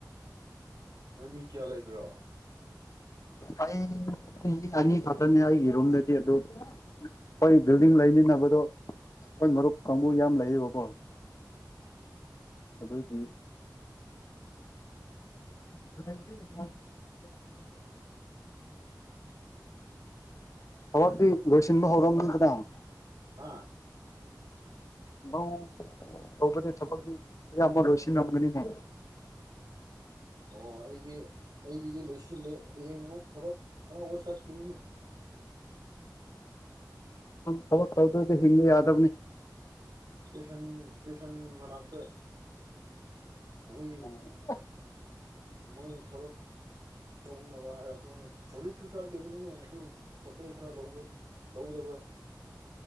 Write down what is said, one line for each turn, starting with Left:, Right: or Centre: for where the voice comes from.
Right: ꯍꯣꯏ ꯃꯤ ꯀꯌꯥ ꯂꯩꯕ꯭ꯔꯣ
Left: ꯑꯩ ꯃꯤ ꯑꯅꯤ ꯈꯛꯇꯅꯦ ꯑꯩꯒꯤꯔꯨꯝꯗꯗꯤ ꯑꯗꯨ ꯍꯣꯏ ꯕꯤꯜꯗꯤꯡ ꯂꯩꯃꯤꯟꯅꯕꯗꯣ ꯍꯣꯏ ꯃꯔꯨꯞ ꯀꯥꯡꯕꯨ ꯌꯥꯝ ꯂꯩꯌꯦꯕꯀꯣ ꯑꯗꯨꯒꯤ <inaudible> <unintelligible> ꯂꯣꯏꯁꯤꯟꯕ ꯍꯧꯔꯝꯅꯤꯗꯅ
Right: ꯍꯥꯥ
Left: <unintelligible> ꯍꯧꯕꯗꯤ ꯊꯕꯛꯇꯤ ꯑꯌꯥꯝꯕ ꯂꯣꯏꯁꯤꯟꯂꯝꯒꯅꯤꯅꯦ
Right: ꯑꯣ ꯑꯩꯗꯤ ꯑꯩꯒꯤꯗꯤ ꯂꯣꯏꯁꯤꯜꯂꯦ ꯍꯌꯦꯡ ꯑꯃꯨꯛ ꯊꯕꯛ ꯑꯅꯧꯕ ꯆꯠꯈꯤꯅꯤ
Left: ꯊꯕꯛ ꯇꯧꯗꯗꯤ ꯍꯤꯡꯕ ꯌꯥꯗꯕꯅꯤ
Right: ꯏꯁꯇꯦꯁꯟ ꯏꯁꯇꯦꯁꯟ ꯃꯅꯥꯛꯇ ꯃꯣꯏ
Left: ꯅꯨꯃꯤꯠ
Right: ꯃꯣꯏꯅ ꯊꯕꯛ ꯇꯧꯅꯕ ꯍꯥꯏꯔꯛꯄ ꯍꯧꯖꯤꯛꯁꯨ ꯆꯠꯂꯤꯕꯅꯤꯅꯦ ꯑꯗꯨ ꯄꯣꯠ ꯆꯩ ꯈꯔ ꯂꯧꯕ ꯂꯧꯗꯕ